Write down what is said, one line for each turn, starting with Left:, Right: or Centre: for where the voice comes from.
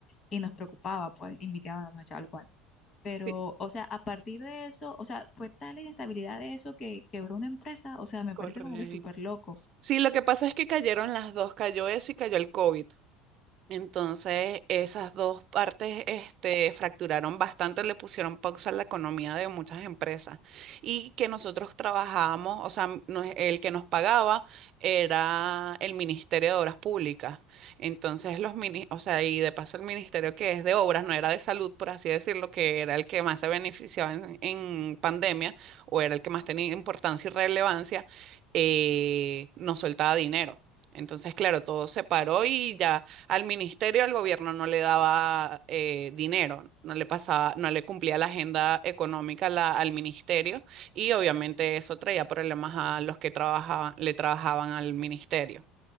Left: Y nos preocupaba, pues, y mi tía bueno, nos echaba el cuento. Pero,
Right: Sí,
Left: o sea, a partir de eso, o sea, fue tal la inestabilidad de eso que quebró una empresa. O sea, me
Right: correcto.
Left: parece como que súper loco.
Right: Sí, lo que pasa es que cayeron las dos, cayó eso y cayó el COVID. Entonces, esas dos partes, este, fracturaron bastante, le pusieron pausa a la economía de muchas empresas. Y que nosotros trabajábamos, o sea, nos- el que nos pagaba era el Ministerio de Obras Públicas. Entonces, los mini, o sea, y de paso el Ministerio que es de Obras, no era de Salud, por así decirlo, que era el que más se beneficiaba en, en pandemia, o era el que más tenía importancia y relevancia, eh, nos soltaba dinero. Entonces, claro, todo se paró y ya. Al ministerio, al gobierno no le daba eh, dinero, no le pasaba, no le cumplía la agenda económica la- al ministerio y obviamente eso traía problemas a los que trabajaban, le trabajaban al ministerio.